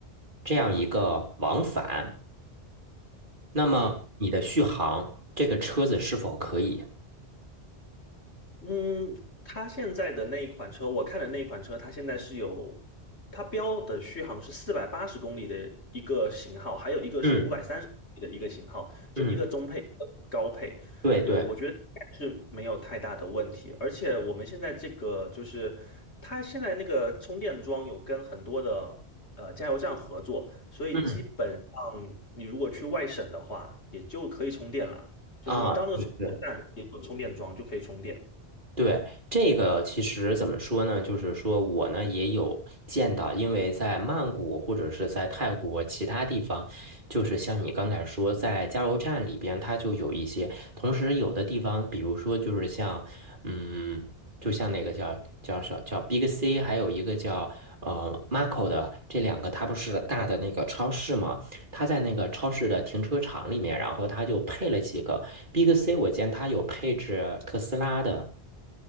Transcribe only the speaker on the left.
嗯。
嗯，它现在的那一款车，我看的那一款车，它现在是有，它标的续航是四百八十公里的一个型号，还有一个是五百三十公里的一个型号，
就一个中配，一个高配。
对，我觉得应该是没有太大的问题，而且我们现在这个就是它现在那个充电桩有跟很多的呃加油站合作，所以基本上你如果去外省的话，
也就可以充电了，就是你到那个充电站也有充电桩就可以充电。